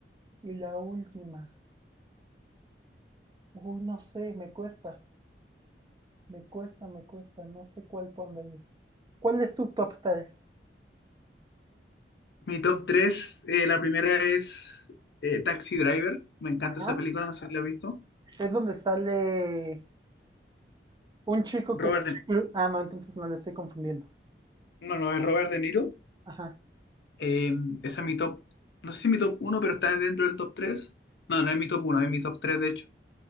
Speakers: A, on the right; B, on the left.
A: Y la última. Uy, no sé, me cuesta. Me cuesta, me cuesta. No sé cuál pondré. ¿Cuál es tu top 3?
B: Mi top tres, eh, la primera es eh, Taxi Driver. Me encanta
A: Ajá.
B: esa película, no sé si la has visto.
A: Es donde sale un chico que...
B: Robert
A: Ah, no, entonces no le estoy confundiendo.
B: No, no, es Robert De Niro.
A: Ajá.
B: Eh, esa es mi top. No sé si mi top uno pero está dentro del top tres No, no es mi top uno es mi top 3 de hecho.